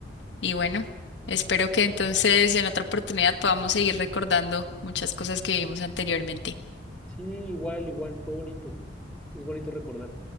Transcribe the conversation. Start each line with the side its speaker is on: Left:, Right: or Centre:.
Left: Y bueno, espero que entonces en otra oportunidad podamos seguir recordando muchas cosas que vimos anteriormente.
Centre: Sí, igual, igual, fue bonito. Es bonito recordar.